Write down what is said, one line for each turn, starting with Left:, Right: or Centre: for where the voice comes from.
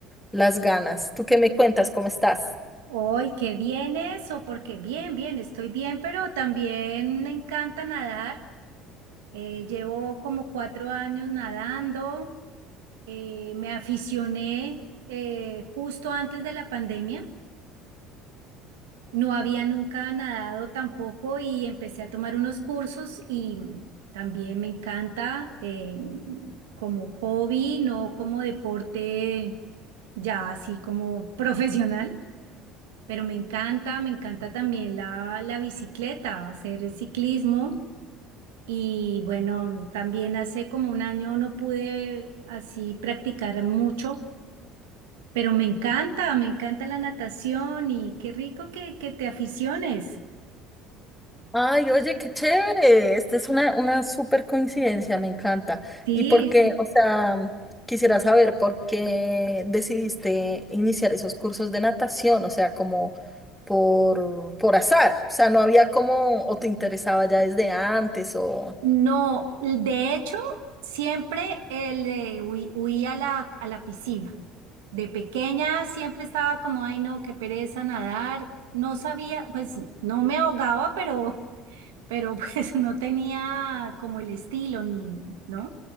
Centre: las ganas. ¿Tú qué me cuentas? ¿Cómo estás?
Right: Hoy, qué bien eso, porque bien, bien, estoy bien, pero también me encanta nadar. Eh, llevo como cuatro años nadando. Eh, me aficioné eh, justo antes de la pandemia. No había nunca nadado tampoco y empecé a tomar unos cursos y también me encanta eh, como hobby, no como deporte ya así como <laughs> profesional. Pero me encanta, me encanta también la, la bicicleta, hacer el ciclismo. Y bueno, también hace como un año no pude así practicar mucho, pero me encanta, me encanta la natación y qué rico que, que te aficiones.
Centre: Ay, oye, qué chévere. Esta es una, una súper coincidencia, me encanta.
Right: Sí,
Centre: ¿Y por qué?
Right: sí. sí.
Centre: O sea, quisiera saber por qué decidiste iniciar esos cursos de natación, o sea, como por, por azar. O sea, no había como, o te interesaba ya desde antes, o...
Right: no, de hecho, siempre eh, le huí, huí a la, a la piscina. De pequeña siempre estaba como, ay no, qué pereza nadar. No sabía, pues no me ahogaba, pero... pero pues <laughs> no tenía como el estilo ni, ¿no?